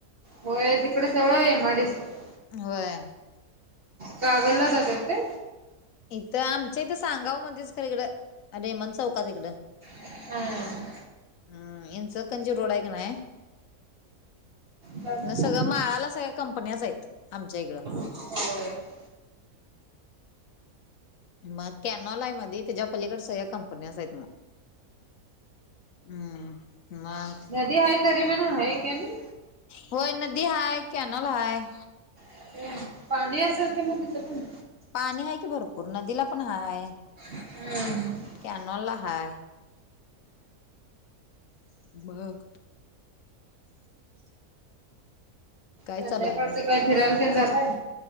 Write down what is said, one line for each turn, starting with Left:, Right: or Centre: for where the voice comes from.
Right: होय तिकडे सवळय एम आईडिसिंचा.
Left: होय.
Right: कागल ला जातात ते
Left: इथं आमच्या इथं सांगाव मध्येच खर इकडं रेमन चौकात तिकडं
Right: हम.
Left: हम्म यांचकची रोड आहे का नाही
Right: काय म्हणला
Left: सगळं माळाला सगळ्या कंपन्याच आहेत आमच्या इकडं
Right: हो.
Left: मग कॅनॉल आहे मध त्याच्या पलीकड सगळ्या कंपन्याच आहेत मग. हम् म मग.
Right: नदी आहे तरी बी गण आहे कॅनाल.
Left: होय नदी हाय कॅनल हाय.
Right: ना पाणी असेल किं म तिथं पण
Left: पाणी आहे की भरपूर नदीला पण हाय.
Right: हम्
Left: कॅनोला हाय. बघ. काय
Right: संध्याकाळचं
Left: चालू आहे आणि?
Right: काय फिरायला तेन जाताय?